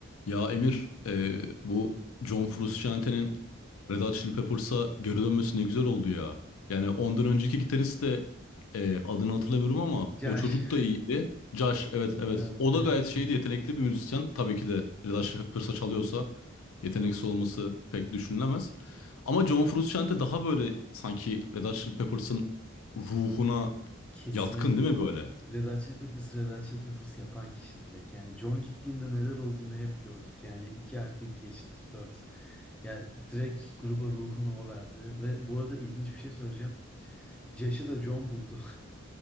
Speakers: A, on the left (about 80°); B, in the centre.
A: Ya Emir, e, bu John Frusciante'nin Red Hot Chili Peppers'a geri dönmesi ne güzel oldu ya. Yani
B: Abi
A: ondan önceki gitarist de e, adını hatırlamıyorum ama
B: Yaş.
A: o çocuk da iyiydi. Josh, evet evet.
B: Evet.
A: O da gayet şeydi,
B: <laughs>
A: yetenekli bir müzisyen. Tabii ki de Red Hot Chili Peppers'a çalıyorsa yeteneksiz olması pek düşünülemez. Ama John Frusciante daha böyle sanki Red Hot Chili Peppers'ın ruhuna
B: Kesinlikle
A: yatkın değil mi
B: abi.
A: böyle?
B: Red Hot Chili Peppers, Red Hot Chili Peppers yapan kişi direkt. Yani John gittiğinde neler olduğunu hep gördük. Yani 2 artı 2 eşittir 4. Ya direkt gruba ruhunu o verdi. Ve bu arada ilginç bir şey söyleyeceğim. Josh'ı da John buldu.